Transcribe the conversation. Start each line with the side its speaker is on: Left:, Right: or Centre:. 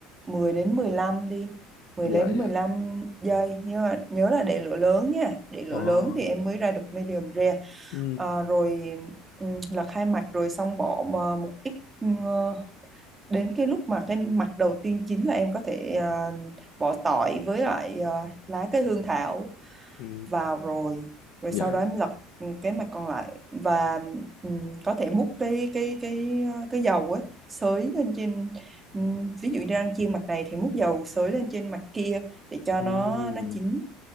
Right: 10 đến 15 đi mười
Left: Dạ
Right: đến
Left: dạ.
Right: mười lăm giây nhưng mà nhớ là để lửa lớn nha để lửa
Left: Ồ.
Right: lớn thì em mới ra được medium rare
Left: Ừ.
Right: Ờ, rồi ừm, là khai mạc rồi xong bỏ mà một ít ừm, ờ, đến cái lúc mà cái mặt đầu tiên chính là em có thể ờ, bỏ tỏi với lại ờ, lá cây hương thảo
Left: Ừ.
Right: vào rồi rồi
Left: Dạ
Right: sau đó
Left: dạ.
Right: em lật ừm, cái mặt còn lại và ừm, có thể múc cái cái cái ờ, cái dầu ấy xới lên trên ừm, ví dụ như đang chiên mặt này thì múc dầu xới lên trên mặt kia để cho
Left: Ừ.
Right: nó nó chín